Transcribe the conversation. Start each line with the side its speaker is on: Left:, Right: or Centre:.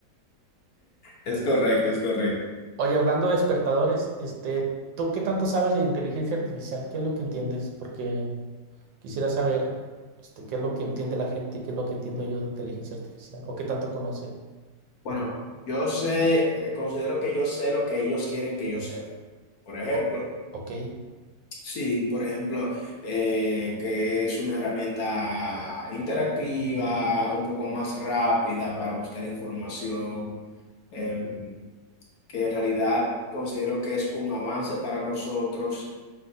Left: Es correcto, es correcto.
Right: Oye, hablando de despertadores, este, ¿tú qué tanto sabes de inteligencia artificial? ¿Qué es lo que entiendes? Porque quisiera saber, este, qué es lo que entiende la gente, qué es lo que entiendo yo de inteligencia artificial, o qué tanto conoce.
Left: Bueno, yo sé, eh, considero que yo sé lo que ellos quieren que yo sepa. Por ejemplo,
Right: O- ok,
Left: sí, por ejemplo, eh, que es una herramienta interactiva, un poco más rápida para buscar información. em, que en realidad considero que es un avance para nosotros,